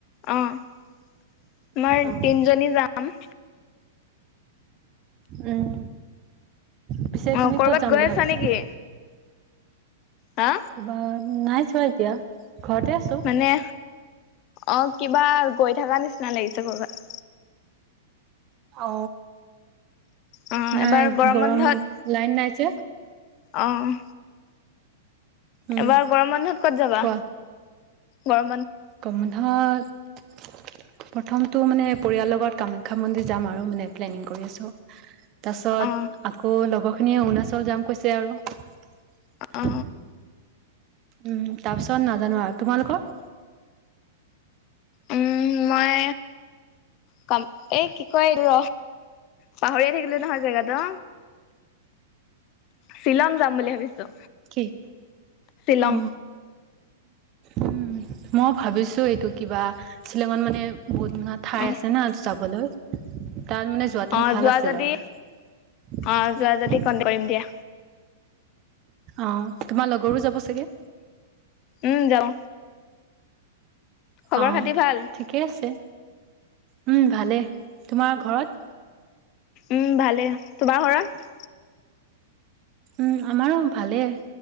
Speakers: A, on the left; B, on the right.
A: অ, আমাৰ
B: অ'
A: তিনিজনী যাম।
B: উম, পিছে
A: অ',
B: তুমি
A: কৰ'বাত
B: ক'ত যাম
A: গৈ
B: বুলি
A: আছা
B: ভাবিছা।
A: নেকি? হা
B: ক'ৰবাত নাই চোৱা এতিয়া ঘৰতে আছো।
A: মানে অ, কিবা গৈ থকা নিচিনা লাগিছে কৰ'বাত।
B: অ,
A: অ
B: নাই
A: এবাৰ
B: গৰম
A: বন্ধত
B: লাইন নাইযে।
A: অ',
B: উম
A: এবাৰ গৰম বন্ধত ক'ত যাবা
B: কোৱা
A: গৰ
B: গৰম বন্ধত প্ৰথমটো মানে পৰিয়ালৰ লগত কামাখ্যা মন্দিৰ যাম আৰু মানে প্লেনিং কৰি আছো। তাৰ পিছত
A: অ
B: আকৌ লগৰ অৰুণাচল যাম কৈছে আৰু।
A: অ
B: উম, তাৰ পিছত নাজানো আৰু তোমালোকৰ।
A: উম মই ক এই কি কয় ৰ। পাহৰিয়ে থাকিলে নহয় জেগটো শ্বিলং যাম বুলি ভাবিছো।
B: কি
A: শ্বিলং
B: অ উম, মই ভাবিছো এইটো কিবা শ্বিলঙত মানে বহুত ধা ঠাই
A: অ
B: আছে না যাবলৈ। তাত মানে যোৱাতেন
A: অ
B: ভাল
A: যোৱা
B: আছিল
A: যদি
B: আৰু
A: অ যোৱা যদি কন্টেক কৰিম দিয়া
B: অ, তোমাৰ লগৰো যাব চাগে।
A: উম যাও খবৰ
B: অ,
A: খাতি ভাল
B: ঠিকেই আছে উম, ভালেই তোমাৰ ঘৰত?
A: উম, ভালে তোমাৰ ঘৰত।
B: উম, আমাৰো ভালেই